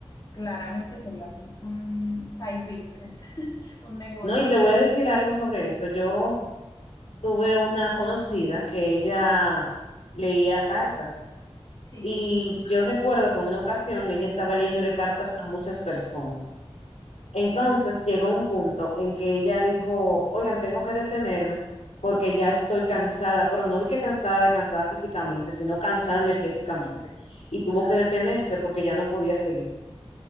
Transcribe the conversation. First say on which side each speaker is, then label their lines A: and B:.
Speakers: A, on the left; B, on the left.
A: claramente sería un, un side business, <laughs> un negocio.
B: No, y te voy a decir algo sobre eso. Yo tuve una conocida que ella leía cartas.
A: Sí.
B: Y yo recuerdo que en una ocasión ella estaba leyéndole cartas a muchas personas. Entonces llegó un punto en que ella dijo, oigan, tengo que detenerme porque ya estoy cansada, pero no de que cansada de cansada físicamente, sino cansada energéticamente. Y tuvo que detenerse porque ya no podía seguir.